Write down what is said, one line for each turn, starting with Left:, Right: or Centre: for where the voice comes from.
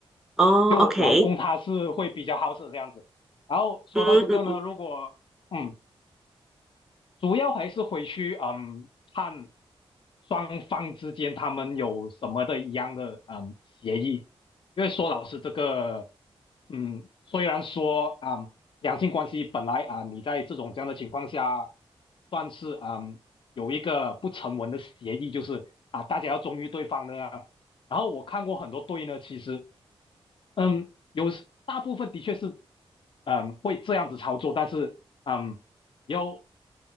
Centre: 哦，OK，
Left: 就老公他是会比较好色这样子。然后说到这个呢，
Centre: 嗯嗯嗯，
Left: 如果嗯，主要还是回去嗯看双方之间他们有什么的一样的嗯协议，因为说老师这个嗯，虽然说啊、嗯两性关系本来啊、你在这种这样的情况下算是嗯有一个不成文的协议，就是啊大家要忠于对方的啊。然后我看过很多对呢，其实嗯，有时大部分的确是，嗯，会这样子操作，但是，嗯，有